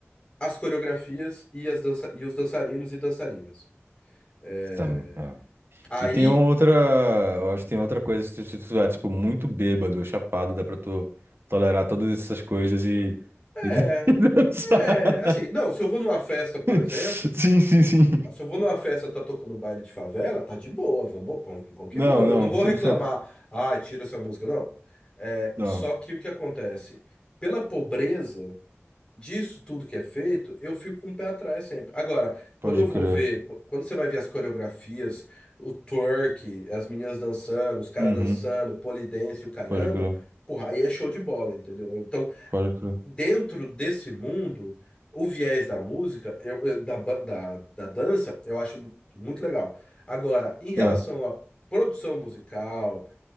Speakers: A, on the left (about 20°); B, on the right (about 60°).
A: As coreografias e, as dança, e os dançarinos e dançarinas. É,
B: Tam, é.
A: Aí,
B: E tem uma outra. Eu acho que tem outra coisa que se se tu tiver, tipo, muito bêbado, chapado, dá pra tu tolerar todas essas coisas e.
A: é,
B: E <laughs> dançar.
A: é, assim, não, se eu vou numa festa, por exemplo,
B: Sim, sim, sim.
A: se eu vou numa festa tá tocando baile de favela, tá de boa, vamos, vamos, vamos que
B: Não,
A: vamos.
B: não,
A: Eu não vou
B: 100%.
A: reclamar, ah, tira essa música, não. É,
B: Não,
A: só que o que acontece? Pela pobreza disso tudo que é feito, eu fico com um pé atrás sempre. Agora, quando
B: pode
A: eu vou
B: crer.
A: ver, qu- quando você vai ver as coreografias, o twerk, as meninas dançando, os caras
B: Uhum,
A: dançando, pole dance, e o caramba,
B: pode crer.
A: porra, aí é show de bola, entendeu? Então,
B: Pode crer.
A: dentro desse mundo, o viés da música, eu, eu- da, ba- da, da dança, eu acho do- muito legal. Agora, em relação
B: É,
A: à produção musical,